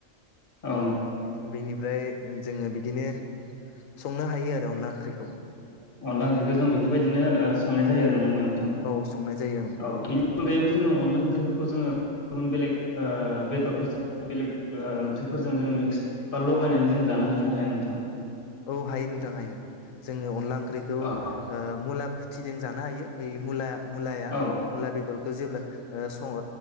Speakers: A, on the left; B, on the left.
A: औ
B: बिनिफ्राय जोङो बिदिनो संनो हायो आरो अनला ओंख्रैखौ।
A: अनला ओंख्रिखौ जों बेफोरबायदिनो ओ संनाय जायो आरो नङा होमबा नोंथां
B: औ संनाय जायो
A: औ बेनि अनगायैबो जोङो अनला ओंख्रिफोरखौ जोङो गुबुन बेलेग ओ बेदरफोरजों बेलेग ओंख्रिफोरजों जों मिक्स बा लगायनानै जों जानो हायो ना हाया नोंथां?
B: औ हायो नोंथां हायो जोङो अनला ओंख ख्रिखौ
A: औ
B: ओ मुला खुथिजों जानो हायो ओइ मुला मुलाया
A: औ
B: मुला बेदर खो जेब्ला ओ सं